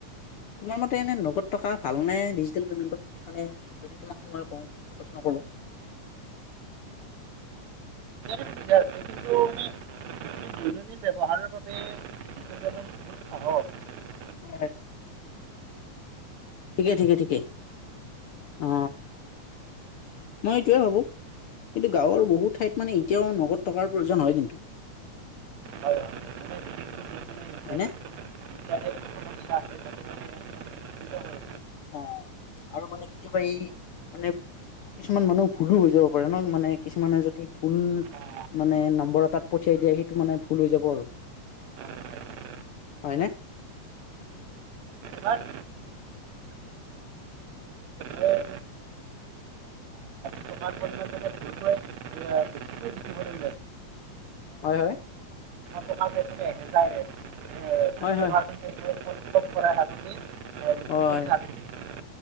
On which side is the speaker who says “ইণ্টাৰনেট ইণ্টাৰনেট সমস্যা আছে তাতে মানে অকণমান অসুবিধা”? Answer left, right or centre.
Right